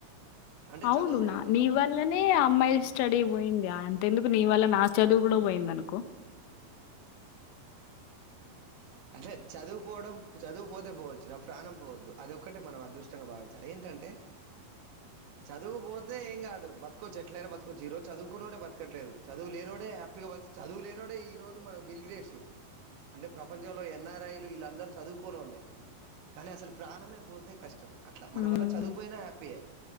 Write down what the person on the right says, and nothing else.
అంటే
చదువు
పోయింది ఒక
అమ్మాయి వల్ల
అంటే చదువు పోవడం చదువు పోతే పోవచ్చు ప్రాణం పోవద్దు అదొక్కటే మనం అదృష్టంగా భావించాలి ఏంటంటే చదువు పోతే ఏం గాదు బతుకోచ్చు ఎట్లైనా బతుకోచ్చు ఈ రోజు చదువుకున్నోడే బతకట్లేదు చదువులేనోడే హ్యాపీగా బతుకు చదువు లేనోడే ఈ రోజు మనకు బిల్ గ్రేట్స్ అంటే ప్రపంచంలో ఎన్ఆర్ఐలు వీళ్ళందరూ చదువుకోనోళ్ళే కానీ అసలు ప్రాణమే బోతే కష్టం అట్లా మన
వల్ల చదువుబోయినా హ్యాపీ‌ యే